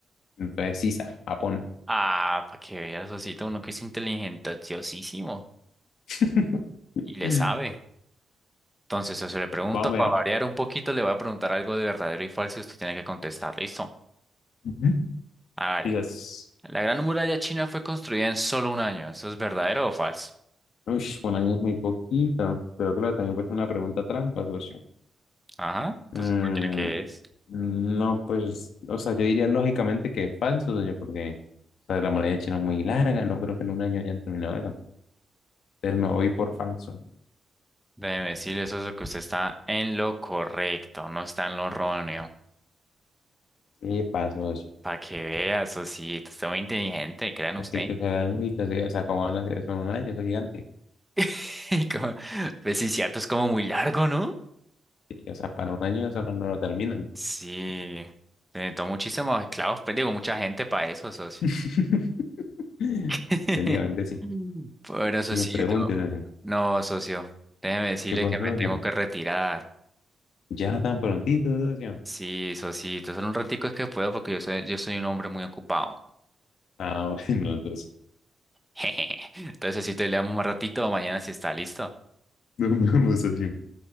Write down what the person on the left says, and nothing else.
entonces Sisa, Japón.
<laughs>
Más
o menos.
Ujú.
Quizás.
Uy, bueno, ahí es muy poquito. Pero claro, también puede ser una pregunta trampa, socio.
Mm,
no, pues, o sea, yo diría lógicamente que es falso, doña, porque o sea, la muralla china es muy larga, no creo que en un año hayan terminado eso. Entonces me voy por falso.
¿Qué pasó? eso
Es
que hay que usar la lógica, sí, O sea, ¿cómo van a hacer eso en un año? Eso es gigante.
Sí, o sea, para un año eso no no lo terminan.
<laughs>
Técnicamente sí.
Uno pregunte, socio,
¿qué pasó,
socio?
Ya tan prontito, socio.
Ah, <laughs> bueno, entonces,
nos vemos, socio.